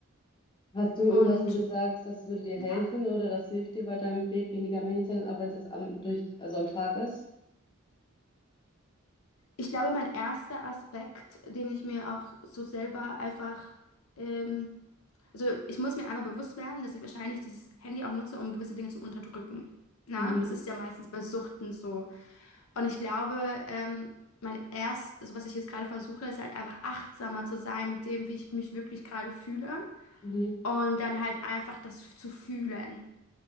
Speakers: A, on the left; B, on the left.
A: Hast du irgendwas,
B: Und
A: wo du sagst, das würde dir
B: ja,
A: helfen oder das hilft dir bei deinem Weg, weniger am Handy zu sein, auch wenn es jetzt am, durch, also am Tag ist?
B: ich glaube, mein erster Aspekt, den ich mir auch so selber einfach, ähm, also ich muss mir einfach bewusst werden, dass ich wahrscheinlich dieses Handy auch nutze, um gewisse Dinge zu unterdrücken. Na,
A: Mhm.
B: es ist ja meistens bei Suchten so. Und ich glaube, ähm, mein erst, also was ich jetzt gerade versuche, ist halt einfach achtsamer zu sein mit dem, wie ich mich wirklich gerade fühle.
A: Mhm.
B: Und dann halt einfach das zu fühlen.